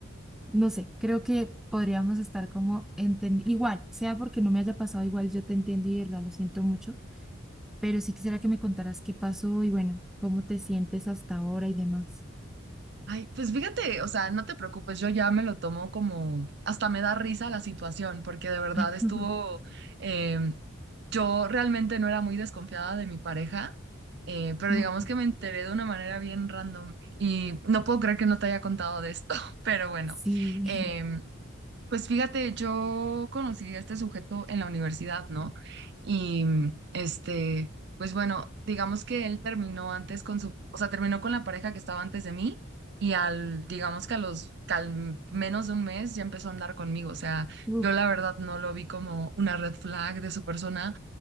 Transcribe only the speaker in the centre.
no sé, creo que podríamos estar como entendiendo... Igual, sea porque no me haya pasado igual, yo te entiendo y de verdad lo siento mucho, pero sí quisiera que me contaras qué pasó y bueno, cómo te sientes hasta ahora y demás.
<laughs>
Ok.
Sí,
<laughs>
uf,